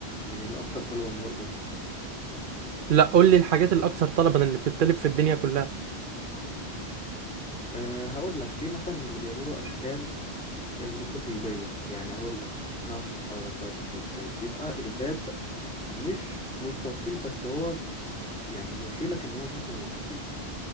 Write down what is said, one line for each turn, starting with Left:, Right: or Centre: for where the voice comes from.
Centre: من الاكثر طلبا برضه
Right: لا قول لي الحاجات الاكثر طلبا اللي بتتطلب في الدنيا كلها
Centre: أه هقول لك في مثلا اللي بيعملوا اشكال المستطيليه يعني هقول لك انا هشرحها لك بقى دي بتبقى ازاي بيبقى الباب مش مستطيل بس هو يعني يوحيلك ان هو شكله مستطيل